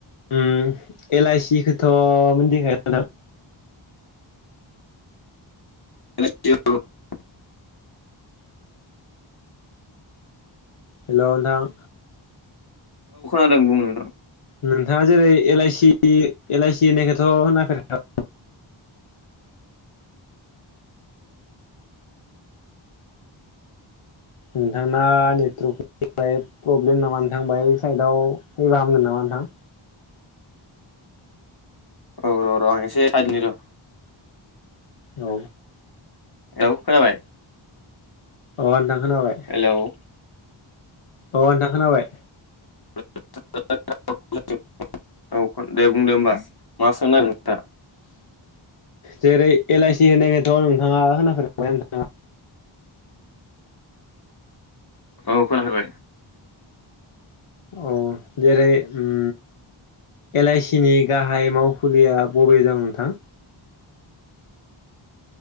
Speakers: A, on the left; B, on the left.
A: उम एल आइ सि खौथ' मिनथिखायोदां?
B: <unintelligible>
A: हेलौ नोंथां
B: औ खोनादों बुं नोंथां
A: नोंथाङा जेरै एल आइसि एल आइसि होननायखौथ' होनाफेराखा नोंथांना नेटवर्कनिफ्राय प्रब्लेम नामा नोंथां बाय साइडआव फैबा हामगोन नामा नोंथां?
B: औ र' र' आं एसे साइदिनि र'
A: औ
B: औ खोनाबाय
A: अ नोंथां खोनाबाय।
B: हेलौ औ
A: अह नोंथां खोनाबाय।
B: <unintelligible> औ दे बुंदो होमबा मा सोंनो नागिरदो नोंथाङा
A: जेरै एलाइसि होनायखौथ' नोंथाङा होनाफेरखाबाय नोंथाङा?
B: औ खोनाफेरबाय।
A: औ जेरै उम एल आइसि नि गाहाय मावखुलिया बबे दं नोंथां?